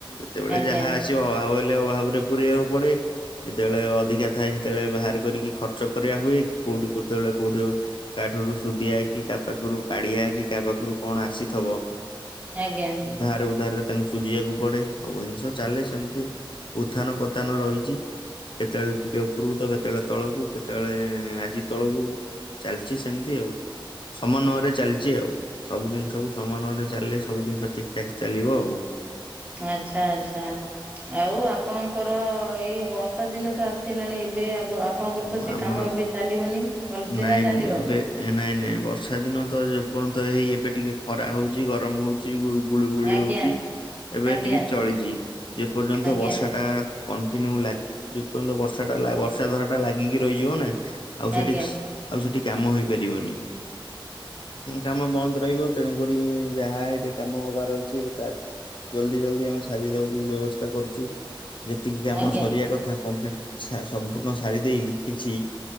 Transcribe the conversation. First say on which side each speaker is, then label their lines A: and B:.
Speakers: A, on the left (about 65°); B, on the right (about 15°).
A: ଯେତେବେଳେ
B: ଆଜ୍ଞା
A: ଯାହା ଆସିବ ଅଭାବ ହେଲେ ଅଭାବରେ ପୁରେଇବାକୁ ପଡେ। ଯେତେବେଳେ ଅଧିକା ଥାଏ ସେତେବେଳେ ବାହାର କରିକି ଖର୍ଚ୍ଚ କରିବା ହୁଏ କି କୋଉଠି କେତେବେଳେ କୋଉଠି କାହାଠାରୁ ସୁଧିଆ କି କାହା ପାଖରୁ କାଢ଼ିଆ କି କାହା ପାଖରୁ କଣ ଆସିଥିବ।
B: ଆଜ୍ଞା।
A: ଧାର ଉଧାରରେ ତାଙ୍କୁ ସୁଝିବାକୁ ପଡେ। ସବୁ ଜିନିଷ ଚାଲେ ସେମିତି ଉତ୍ଥାନ ପତାନ ରହିଛି। କେତେବେଳେ ଟିକେ ଉପରକୁତ କେତେବେଳେ ତଳକୁ କେତେବେଳେ ଆଜି ତଳକୁ। ଚାଲିଛି ସେମିତି ଆଉ। ସମନ୍ୱୟରେ ଚାଲିଛି ଆଉ। ସବୁ ଜିନିଷକୁୁ ସମନ୍ଵୟରେ ଚାଲିଲେ ସବୁ ଜିନିଷ ଠିକ୍ ଠାକ୍ ଚାଲିବ ଆଉ।
B: ଆଚ୍ଛା ଆଚ୍ଛା, ଆଉ ଆପଣ? ଙ୍କର ଏଇ ବର୍ଷା ଦିନ ତ ଆସିଲାଣି ଏବେ ଆପଣଙ୍କର
A: ଉଁ,
B: ତ ସେ
A: ଆମର
B: କାମ ଏବେ ଚାଲିବନି ଭଲସେ
A: ନାଇଁ
B: ନା ଚାଲିବ?
A: ଏବେ ନାଇଁ ନାଇଁ ବର୍ଷା ଦିନ ତ ଯେପର୍ଯନ୍ତ ହେଇ ଏବେ ଟିକେ ଖରା ହଉଛି ଗରମ ହଉ ଚି ଗୁଳୁ ଗୁଳି
B: ଆଜ୍ଞା
A: ହଉଛି ଏବେ
B: ଆଜ୍ଞା
A: ଟିକେ ଚଳିଚି ଯେପର୍ଯ୍ୟନ୍ତ
B: ଆଜ୍ଞା
A: ବର୍ଷା ଟା କଣ୍ଟିନ୍ୟୁ ଲାଗି ଯେପର୍ଯ୍ୟନ୍ତ ବର୍ଷା ଟା ଲା ବର୍ଷା ଧାରାଟା ଲାଗିକି ରହିଯିବ ନା ଆଉ ସେଠି
B: ଆଜ୍ଞା
A: ଆଉ ସେଠି କାମ ହେଇପାରିବନି। କାମ ବନ୍ଦ ରହିବ ତେଣୁକରି ଯାହା ଏବେ କାମ ହବାର ଅଛି ଜଲ୍ଦି ଜଲ୍ଦି ଆମେ ସାରି ଦବାକୁ ବ୍ୟବସ୍ଥା କରୁଛୁ। ଯେତିକି କାମ
B: ଆଜ୍ଞା
A: ସରିବା କଥା କମ୍ପ୍ଲିଟ ସା ସମ୍ପୂର୍ଣ୍ଣ ସାରି ଦେଇକି କିଛି